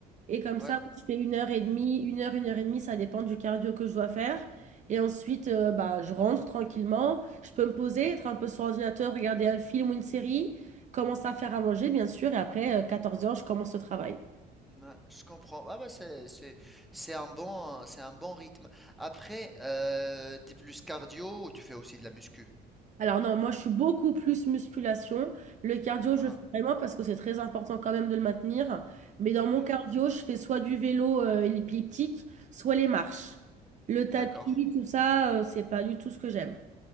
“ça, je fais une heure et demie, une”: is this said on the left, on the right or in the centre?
Right